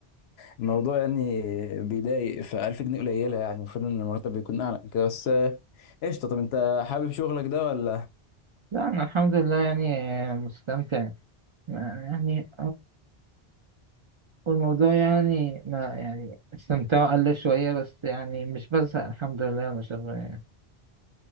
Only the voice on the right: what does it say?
لا أنا الحمد لله يعني آه، مستمتع يعني والموضوع يعني ما يعني استمتاعه قل شوية بس يعني مش بزهق الحمد لله أنا شغال يعني